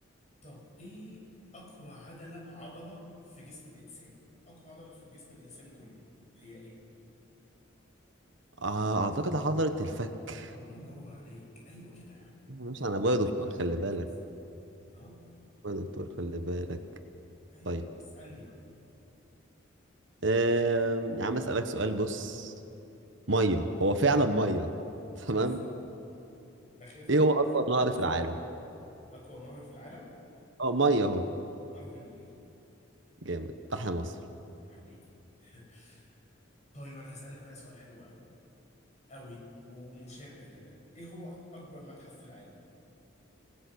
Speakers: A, on the left; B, on the right.
A: طب ايه اقوى عضلة عضلة في جسم الانسان اقوى عضلة في جسم الانسان كله هي ايه
B: آه اعتقد حضرة الفك
A: الله ينور عليك ايوه كده يا عم
B: مش
A: ايوه
B: انا
A: كده
B: ابويا
A: نعرف
B: دكتور
A: نلعب
B: خلي
A: كويس
B: بالك
A: اه
B: ابويا دكتور خلي بالك
A: ايوه
B: طيب
A: اسألني بقى
B: آم، يا عم اسالك سؤال بص ميه هو فعلا ميه <laughs> تمام
A: بس بخاف
B: ايه
A: انا من
B: هو اكبر
A: بس انت
B: نهر
A: كده مين؟
B: في العالم
A: اطول نهر في العالم
B: اه ميه اهو
A: نهر النيل
B: جامد تحيا مصر
A: حبيبي <laughs> طيب انا هسألك بقى سؤال حلو قوي قوي ومشابه لده ايه هو اكبر متحف في العالم